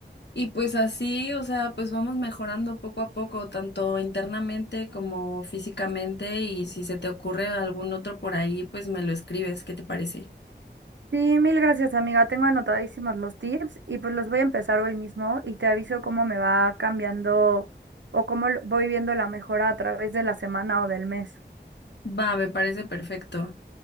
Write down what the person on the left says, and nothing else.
y pues así, o sea, pues vamos mejorando poco a poco, tanto internamente como físicamente y si se te ocurre algún otro por ahí, pues me lo escribes, ¿qué te parece?
Va, me parece perfecto.